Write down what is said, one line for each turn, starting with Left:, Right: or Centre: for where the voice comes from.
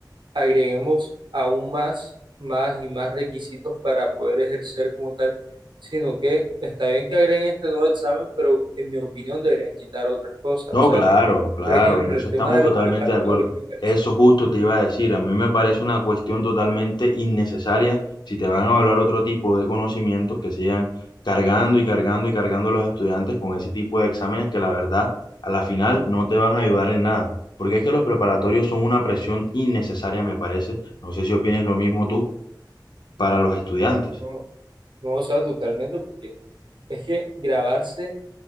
Right: agreguemos aún más, más y más requisitos para poder ejercer como tal, sino que está bien que agreguen este nuevo examen, pero en mi opinión deberían quitar otras cosas.
Left: No,
Right: O sea,
Left: claro, claro,
Right: por ejemplo,
Left: en eso
Right: el tema
Left: estamos
Right: de
Left: totalmente
Right: los preparatorios
Left: de acuerdo.
Right: me parece.
Left: Eso justo
Right: que
Left: te iba a decir, a mí me parece una cuestión totalmente innecesaria si te van a evaluar otro tipo de conocimientos que sigan cargando y cargando y cargando a los estudiantes con ese tipo de exámenes que la verdad a la final no te van a ayudar en nada, porque es que los preparatorios son una presión innecesaria, me parece. No sé si opines lo mismo tú para los estudiantes.
Right: No, no, o sea, totalmente, porque es que grabarse